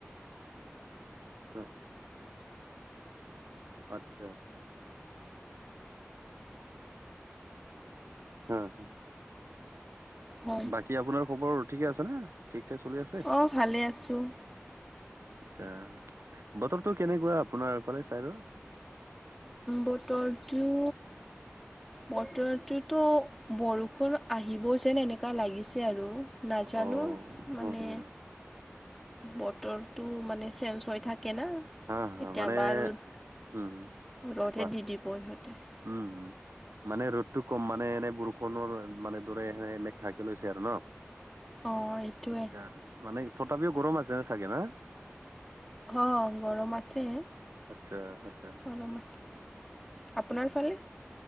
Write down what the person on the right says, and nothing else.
হ অ আচ্ছা আচ্ছা। হা হা
বাকী আপোনাৰ খবৰ ঠিকে আছে নে ঠিক ঠাক চলি আছে।
আচ্ছা বতৰটো কেনেকুৱা আপোনাৰ ফালে ছাইডৰ।
অ' হয়
হয় হয়।
হা
হা মানে
উম উম
কোৱা
কোৱা
উম, উম। মানে ৰ'দটো কম মানে এনে বৰষুণৰ মানে দৰে এনে মেঘ ঢাকি লৈছে আৰু ন।
আচ্ছা, মানে তথাপিও গৰম আছে ছাগে না?
আচ্ছা আচ্ছা।